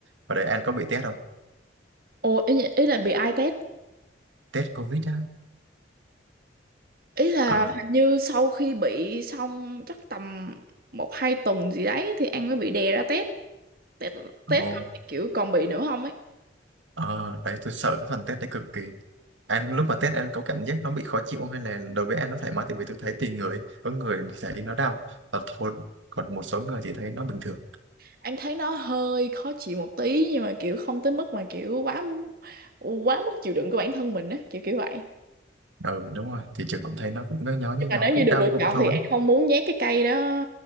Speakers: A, on the right (about 75°); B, on the right (about 50°).
A: ở đấy anh có bị test không
B: ồ ý, ý là bị ai test
A: Test Covid á
B: ý là
A: ờ
B: hình như sau khi bị xong chắc tầm một hai tuần gì đấy thì An mới bị đè ra test test test
A: ồ
B: coi là kiểu còn bị nữa không ấy
A: ờ đấy tôi sợ cái phần test đấy cực kỳ anh lúc mà test anh có cảm giác nó bị khó chịu không hay là đối với anh nó thoải mái tại vì tôi thấy tùy người có người thì thấy nó đau và thôi còn một số người thì thấy nó bình thường
B: anh thấy nó hơi khó chịu một tí nhưng mà kiểu không tới mức mà kiểu quá quá mức chịu đựng của bản thân mình á kiểu kiểu vậy
A: ừ đúng rồi thì trường cũng thấy nó cũng nhói nhói
B: nhưng
A: nhói nhói
B: mà nếu
A: cũng
B: như được
A: đau
B: lựa
A: cũng
B: chọn
A: thốn
B: thì An không muốn nhét cái cây đó